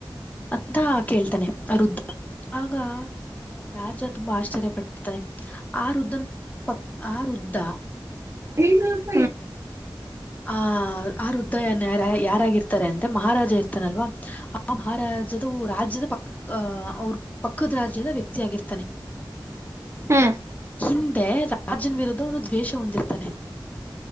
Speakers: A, on the left (about 20°); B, on the right (about 35°).
A: ಅದಾ ಕೇಳ್ತಾನೆ ಅರುದ್ಧ ಆಗ ರಾಜ ತುಂಬಾ ಆಶ್ಚರ್ಯ ಪಡ್ತಾನೆ ಆ ವೃದ್ಧನ್ ಪ ಆ ವೃದ್ಧ
B: ಹ ನ ಪ
A: ಆ ಆ ಹೃದಯನ ಯಾರ ಯಾರಾಗಿರ್ತಾರೆ ಅಂದ್ರೆ ಮಹಾರಾಜ ಇರ್ತಾನಲ್ವಾ ಆ ಮಹಾರಾಜದ ರಾಜ್ಯದ ಪ ಅವ್ರ ಪಕ್ಕದ ರಾಜ್ಯದ ವ್ಯಕ್ತ ಆಗಿರ್ತಾನೆ
B: ಹ್ಮ್
A: ಹಿಂದೆ ರಾಜನ್ ವಿರುದ್ಧ ಅವನು ದ್ವೇಷ ಹೊಂದಿರ್ತಾನೆ